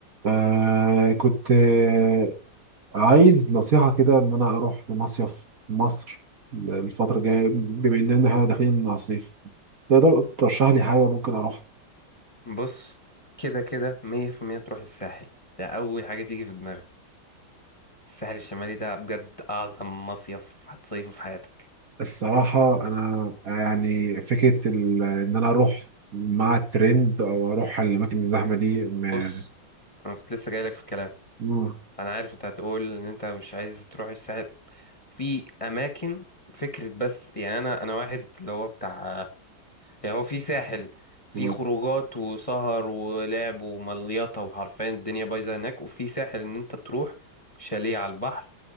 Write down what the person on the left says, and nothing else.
بص كده كده مية في المية تروح الساحل ده أول حاجة تيجي في دماغك الساحل الشمالي ده بجد أعظم مصيف هتصيفه في حياتك
بص أنا كنت لسه جايلك في الكلام
أنا عارف أنت هتقول إن أنت مش عايز تروح الساحل في أماكن فكرة بس يعني أنا أنا واحد اللي هو بتاع يعني هو في ساحل في
خروجات وسهر ولعب ومليطة وحرفيا الدنيا بايظة هناك وفي ساحل إن أنت تروح شاليه على البحر